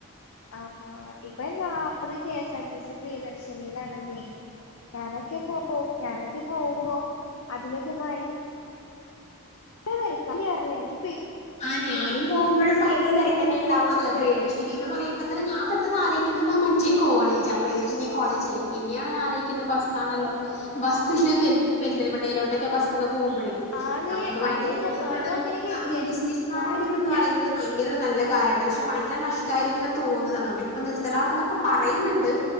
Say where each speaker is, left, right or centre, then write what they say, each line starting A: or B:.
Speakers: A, on the left; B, on the left.
A: അഹ് ആഹ് ഇപ്പ എല്ലാരും കെസാർ ടി സി പ്രിയദർശനിയിലാണെന്നേ ഞാനൊക്കെ പോ ഞാനൊക്കെ പോവുമ്പോ അതിലൊക്കെ ഭയ ങ്കര തെരക്ക <unintelligible> കേറല്ല്യ ന്ക്
B: അഹ് ഞാനും പോവുമ്പോഴും
A: സ്റ്റെപ്പ്മ്മലൊക്കെ
B: ഭയങ്കര തെരക്കന്നെണ്ടാവാറിള്ളെ
A: നിക്കാണേ
B: പ്രിയദർശിനിന്ന് പറയു മ്പത്തിന് ഞാൻ പെട്ടെന്നലോയ്ക്ക ഞ മറ്റേ കോളേജാ പ്രിയദർശിനി കോളേജില്ലേ പിന്നെയാണ് ആലോയിക്കുന്ന് ബസ്സാണല്ലോ
A: ആഹ്
B: ബസ്സില് പെ പെരിന്തൽമണ്ണയിലോട്ടൊക്കെ ബസ് സ്സൊക്കെ പോവുമ്പയെയ്
A: ആന്നേ
B: ഞമ്മക് ഭയങ്കരെ
A: ആന്നേ
B: എഹ്
A: ഞാനും
B: എന്താണ്
A: അങ്ങനെ കരുതിയേ
B: അഹ് വി ടി സതീശൻ ന്നാവൊരു
A: ഞാനും
B: ഇത്ന്ന്
A: ഞ
B: പറയുന്നത് ഭയങ്കര നല്ല കാര്യാട്ട പക്ഷ ഭയങ്കര നഷ്ടായിരിക്കും ന്നാ തോന്ന്ന്നത് അത് കൊണ്ട് ഇപ്പ നി റർത്തലാക്കും ന്നൊക്കെ പറയുന്നുണ്ട്